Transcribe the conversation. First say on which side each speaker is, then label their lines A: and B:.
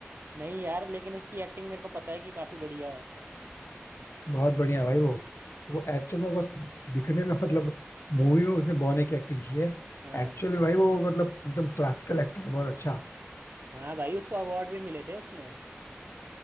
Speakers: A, on the right (about 55°); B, on the left (about 75°).
A: नहीं यार लेकिन उसकी एक्टिंग मेरे को पता है कि काफी बढ़िया है
B: बहुत बढ़िया है भाई वो वो एक्चुअल में बस दिखने में मतलब मूवी में उसने बॉने की एक्टिंग की है
A: हाँ
B: एक्चुअल में भाई वो मतलब एकदम क्लासिकल एक्टर है बहुत अच्छा
A: हाँ भाई उसको अवार्ड भी मिले थे उसमें